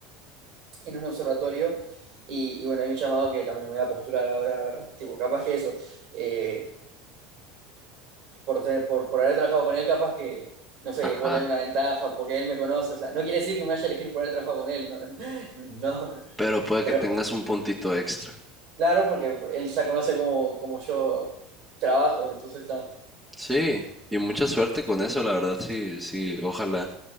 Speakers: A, on the right (about 55°); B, in the centre.
A: en un observatorio. Y, y bueno, hay un llamado que también me voy a postular ahora, a ver, tipo, capaz que eso, eh, por, tener, por, por haber trabajado con él, capaz que, no sé, que
B: Ajá.
A: puedo tener una ventaja porque él me conoce, o sea, no quiere decir que me vaya a elegir por haber trabajado con él, no, <laughs> no,
B: Pero puede
A: pero
B: que tengas un puntito extra.
A: claro, porque él ya conoce cómo, cómo yo trabajo, entonces está,
B: Sí, y mucha suerte con eso, la verdad, sí, sí, ojalá.